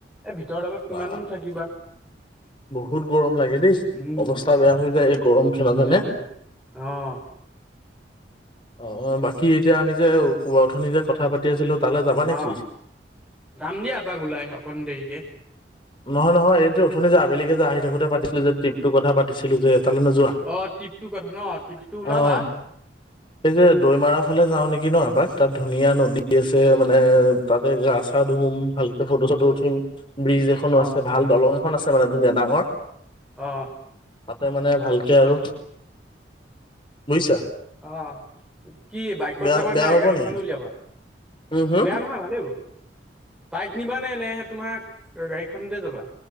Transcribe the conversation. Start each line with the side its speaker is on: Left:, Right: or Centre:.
Centre: এই ভিতৰ দালত
Left: বা
Centre: কিমানো থাকিবা।
Left: বহুত গৰম লাগে দেই,
Centre: উম
Left: অৱস্থা বেয়া হৈ যায় এই গৰম খনতে
Centre: সেইটোৱেতো
Left: হয়নে।
Centre: অ'।
Left: অ বাকী এতিয়া আমি যে কোবা অথনি যে কথা পাতি আছিলো তালে যাবা নেকি?
Centre: অ যাম দিয়া এপাক ওলাই অকণ দেৰিকে।
Left: নহয় নহয়, এইটো অথনি যে আবেলিকে যে আহি থাকোতে পাতিছিলো যে ট্ৰিপটো কথা পাতিছিলো যে, তালৈ নোযোৱা?
Centre: অ! ট্ৰিপটো কথা ন, ট্ৰিপটো ওলাবা।
Left: অ'। এই যে দৈমাৰা ফালে যাওঁ নেকি ন এপাক। তাত ধুনীয়া নদী আছে মানে তাতে গা চা ধুম, ভালকে ফটো-চটো উঠিম, ব্ৰিজ এখ এখনো
Centre: অ
Left: আছে। ভাল দলং এখন
Centre: উম
Left: আছে মানে ধুনীয়া ডাঙৰ।
Centre: অ
Left: তাতে মানে ভালকে আৰু বুজিছা।
Centre: অঁ! কি বাইকত
Left: বেয়া
Centre: যাবা
Left: বেয়া
Centre: নে
Left: হ'ব
Centre: গাড়ীখন
Left: নেকি
Centre: উলিয়াবা?
Left: উম হুম
Centre: বেয়া নহয় ভালেই হ'ব। বাইক নিবানে নে তোমাৰ গাড়ীখনতে যাবা?